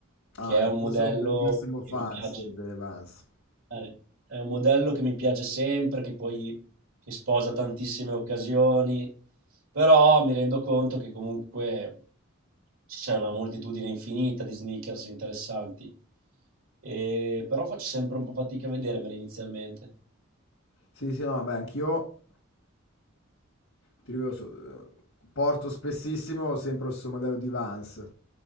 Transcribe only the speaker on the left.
Ah,
anche
io sono un grandissimo fan
delle Vans.
Sì, sì, no, vabbè, anch'io, ti ripeto, so- eh, porto spessissimo sempre lo stesso modello di Vans.